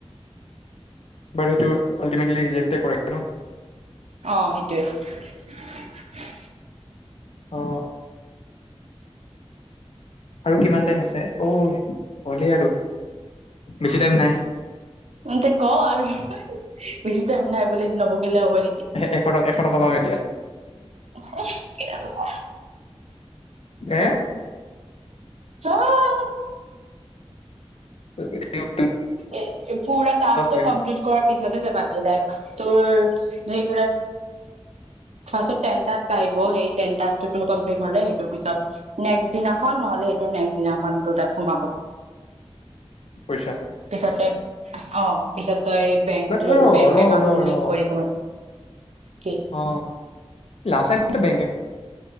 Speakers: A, on the left; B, on the right.
A: বাৰ সেইটো ৰিজেক্টে কৰে ন
B: আহ সেইটোৱে।
A: অ আৰু কিমান টাইম আছে অই হ'লেই আৰু বেছি টাইম নাই
B: এতে ক আৰু বেছি টাইম নাই বুলি নবকলে হ'ব নেকি
A: এশ টকা এশ টকা পাম এতিয়া
B: অউ কেলা।
A: এে
B: আহ
A: কৰিব লাগিব।
B: এ পুৰা টাস্টো
A: মিনিট
B: কমপ্লিট কৰাৰ পিছত পাবি লাই ত ত ফ্ষটন আহিব সেই নম্ হলে সেইটো পিছত নেক্ দিনাখন নহলে সেইটো নেক্স দিনাখন তাত সোমাব
A: পইচা
B: পিছতে অ পিছত তই বেং
A: ৰ ৰ
B: বেংক
A: ৰ
B: একাউণ্টৰ লিংক
A: ৰ
B: কৰি কি
A: অ লাচলাইনটো বেংক